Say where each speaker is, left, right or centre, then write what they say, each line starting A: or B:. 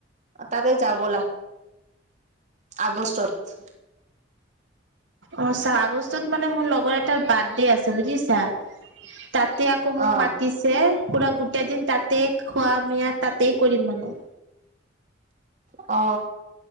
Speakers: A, on the right; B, on the right.
A: তাতে যাও ব'লা আগষ্টত।
B: অ চাৰ আগষ্টত মানে মোৰ লগৰ এটাৰ বাৰ্থডে আছে বুজিছা। তাতে আকৌ মোক
A: অ
B: মাতিছে। পুৰা গোটেই দিন তাতেই খোৱা মিয়া তাতেই কৰিম মানে।
A: অ।